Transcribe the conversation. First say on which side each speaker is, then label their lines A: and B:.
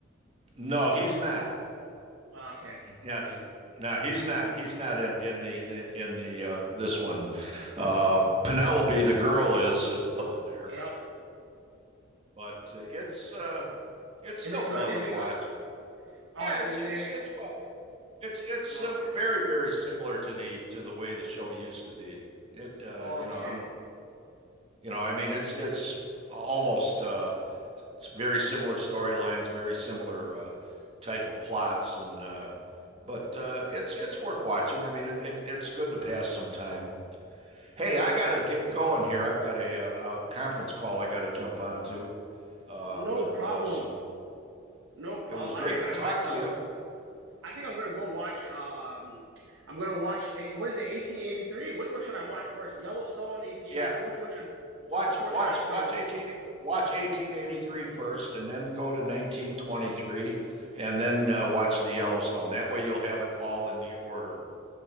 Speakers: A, on the right; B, on the right.
A: no, he's not.
B: Uh, okay.
A: Yeah, he- no, he's not. He's not in in the in the uh, this one. Uh,
B: Oh,
A: Penelope, the girl, is still in there.
B: yep.
A: but uh, it's uh, it's
B: Is
A: still
B: it
A: fun
B: good? Is
A: to
B: it
A: watch.
B: good? Oh,
A: Yeah,
B: it's,
A: it's
B: is,
A: it's
B: is it?
A: it's well done. It's it's sim-
B: oh, Okay.
A: very very similar to the to the way the show used to be. It uh,
B: Okay.
A: you know I'm you know I mean it's it's almost uh, it's very similar storylines, very similar uh, type of plots, and uh, but uh, it's it's worth watching. I mean, it, it it's good to pass some time. Hey, I gotta get going here. I've got a, a, a conference call I gotta jump on to uh,
B: No
A: with
B: problem.
A: uh, some
B: No problem.
A: It was great
B: I think
A: to
B: I
A: talk
B: myself,
A: to you.
B: I think I'm gonna go watch, um, I'm gonna watch, eh, what is it, 1883? Which one should I watch first? Yellowstone, 1883.
A: Yeah,
B: Which one should,
A: watch
B: which one
A: watch
B: should I start
A: watch
B: with?
A: 18 watch 1883 first, and then go to 1923 and then uh, watch the Yellowstone. That way you'll have it all in the order.